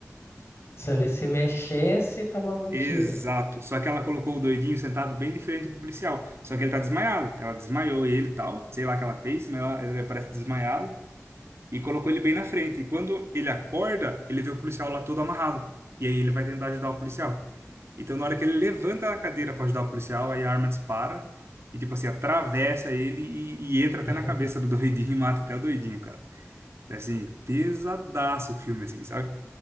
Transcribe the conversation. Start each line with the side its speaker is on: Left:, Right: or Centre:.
Left: Se ele se mexesse, tomava um
Right: Exato.
Left: tiro.
Right: Só que ela colocou o doidinho sentado bem diferente do policial. Só que ele tá desmaiado. Ela desmaiou ele e tal. Sei lá o que ela fez, mas ela, ela parece desmaiada. E colocou ele bem na frente. E quando ele acorda, ele vê o policial lá todo amarrado. E aí ele vai tentar ajudar o policial. Então, na hora que ele levanta a cadeira pra ajudar o policial, aí a arma dispara. E, tipo assim, atravessa ele e, e entra até
Left: <laughs>
Right: na cabeça do doidinho e mata até o doidinho, cara. É, assim, pesadaço o filme, assim, sabe?